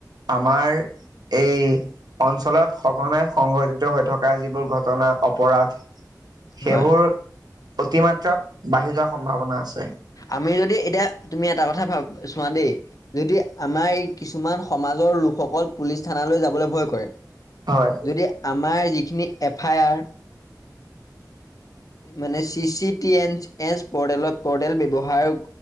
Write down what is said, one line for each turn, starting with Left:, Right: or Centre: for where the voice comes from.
Right: আমাৰ এই অঞ্চলত সঘনাই সংঘটিত হৈ থকা যিবোৰ ঘটনা অপৰাধ। সেইবোৰ
Left: হয়
Right: অতিমাত্ৰাত বাঢ়ি যোৱাৰ সম্ভাৱনা আছে!
Left: আমি যদি এতিয়া তুমি এটা কথা ভাব চোৱা দেই। যদি আমাৰ এই কিছুমান সমাজৰ লোকসকল পুলিচ থানালৈ যাবলৈ ভয় কৰে
Right: হয়
Left: যদি আমাৰ যিখিনি এফ আই আৰ মানে চি চিটি এ এচপেল পৰ্টেল ব্যৱহাৰ